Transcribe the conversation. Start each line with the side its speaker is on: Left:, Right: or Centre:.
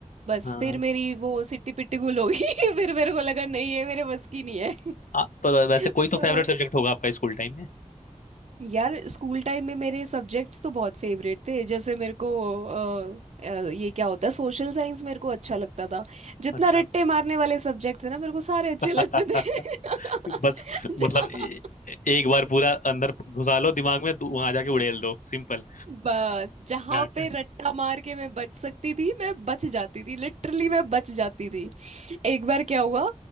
Right: बस
Left: हाँ
Right: फिर
Left: हाँ
Right: मेरी वो सिट्टी पिट्टी गुल हो गई <laughs> फिर मेरे को लगा नहीं है मेरे बस की नहीं है
Left: आ, पर वैसे कोई
Right: <laughs>
Left: तो
Right: तो
Left: फेवरेट सब्जेक्ट होगा आपका स्कूल टाइम में
Right: यार स्कूल टाइम में मेरे सब्जेक्ट्स तो बहुत फेवरेट थे जैसे मेरे को अ, अ, ये क्या होता है सोशल साइंस मेरे को अच्छा लगता था जितना
Left: अच्छा
Right: रट्टे मारने वाले सब्जेक्ट थे ना मेरे को सारे अच्छे
Left: <laughs>
Right: लगते थे <laughs>
Left: बस मतलब
Right: जहाँ
Left: ए, एक बार पूरा अंदर घुसा लो दिमाग में वहां जाके उड़ेल दो सिंपल
Right: बस जहाँ
Left: हाँ
Right: पे रट्टा मार के मैं बच सकती थी मैं बच जाती थी लिटरली मैं बच जाती थी एक बार क्या हुआ